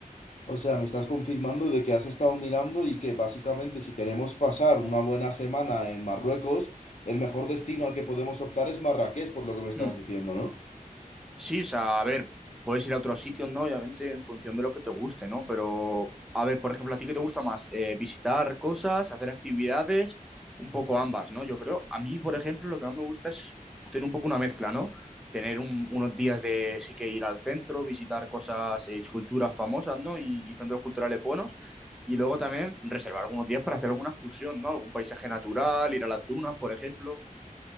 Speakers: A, on the left; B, in the centre.
A: O sea, me estás confirmando de que has estado mirando y que básicamente si queremos pasar una buena semana en Marruecos, el mejor destino al que podemos optar es Marrakech, por lo que me estás
B: Hmm.
A: diciendo, ¿no?
B: Sí, o sea, a ver, puedes ir a otros sitios, ¿no? Obviamente, en función de lo que te guste, ¿no? Pero, a ver, por ejemplo, ¿a ti qué te gusta más? Eh, visitar cosas, hacer actividades, un poco ambas, ¿no? Yo creo, a mí, por ejemplo, lo que más me gusta es tener un poco una mezcla, ¿no? Tener un- unos días de sí que ir al centro, visitar cosas, eh, esculturas famosas, ¿no? Y, y centros culturales buenos. Y luego también reservar algunos días para hacer alguna excursión, ¿no? Algún paisaje natural, ir a las dunas, por ejemplo.